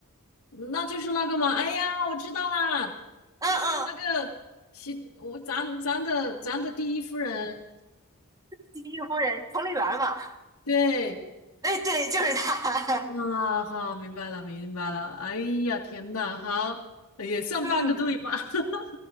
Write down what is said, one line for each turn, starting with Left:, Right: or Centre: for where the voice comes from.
Left: 那就是那个嘛，哎呀，我知道啦，
Right: 嗯嗯。
Left: 就是那个习，我咱咱的咱的第一夫人，
Right: 西域夫人彭丽媛嘛，
Left: 对，
Right: 哎，对，就是她，
Left: 啊，好，明白了，明白了，哎呀，天呐，好，也算半个对吧？
Right: <laughs> 嗯，
Left: <laughs>